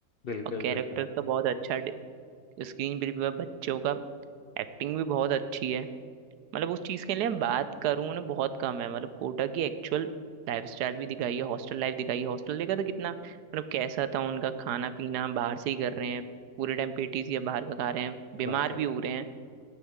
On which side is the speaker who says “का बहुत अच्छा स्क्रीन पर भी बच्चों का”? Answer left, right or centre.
Right